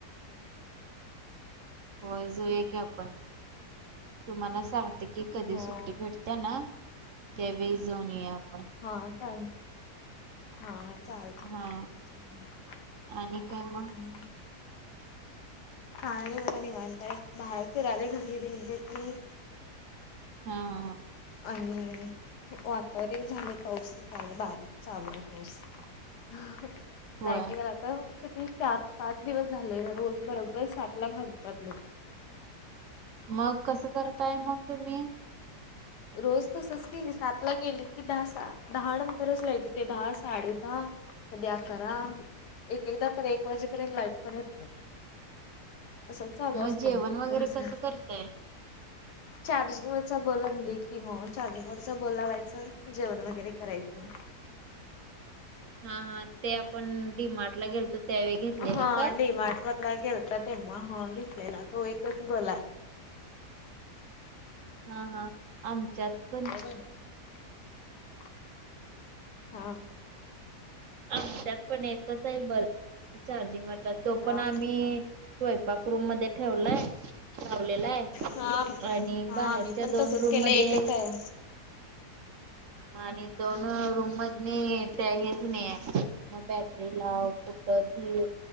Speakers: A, on the right; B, on the left.
A: <inaudible> होय जोया की आपण तुम्हाला सांगते की कधी
B: हो
A: सुट्टी भेटते त्या ना तेवेजन आहे आपण
B: हा चाल हा चालतय
A: हा
B: चालेल हम्म.
A: आणि काय मग
B: काय नई बगा निवांतय बाहेर फिराले घरी रेंज येत नाई.
A: हा हा.
B: आणि वातावरन झाले पाऊस त्यालामुळे बारीक चालू आहे पाऊस. <inaudible>
A: होय
B: लायटे गला आता किती चार पाच दिवस झाले रोज बरोबर सात ला घालतात लोक.
A: मग कसं करताय मग तुम्ही?
B: रोज तसच की सातला केली की दहा दहा नंतरच लाईट येते दहा साडे दहा कधी अकरा एक एकदा तर एक वाजेपर्यंत लाईट पण येत नाही. असं चालू
A: मग
B: असतं
A: जेवण
B: आमच्यात
A: वगैरे
B: रोज.
A: कसं करतय?
B: चार्जिंग वरचा बल आणली चॅनिग वरच बल लावायच जेवण वगैरे करायचं.
A: हा हा ते आपण डीमार्ट ला गेलतो त्यावेळी घेतलेला
B: हा
A: काय?
B: डिमार्ट मधून गेलता तेव्हा हा घेतलेला तो एकच बल आहे.
A: हा हा आमच्यात पण
B: <unintelligible> हा.
A: आमच्यात पण एकच आहे बल्ब चार्जिंग वरचा तो
B: हा
A: पण आम्ही स्वयपाक रूम मध्ये ठेवलाय लावलेलाय.
B: हा
A: आणि बाहेरच्या
B: आम्ही पण
A: दोन
B: तसच
A: रूम
B: केलं
A: मध्ये
B: एकच आहे.
A: आणि दोन रूम मधनी त्या हेच नाही आहे मग बॅटरी लाव कु दीव